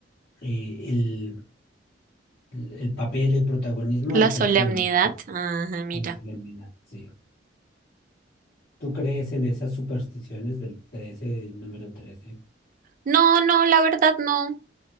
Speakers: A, on the left; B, on the right.
A: eh, el, el- papel, el protagonismo
B: la
A: al
B: solemnidad,
A: 13 de mayo,
B: ajá, mira.
A: a la solemnidad, sí. ¿Tú crees en esas supersticiones del 13, del número 13?
B: No, no, la verdad no.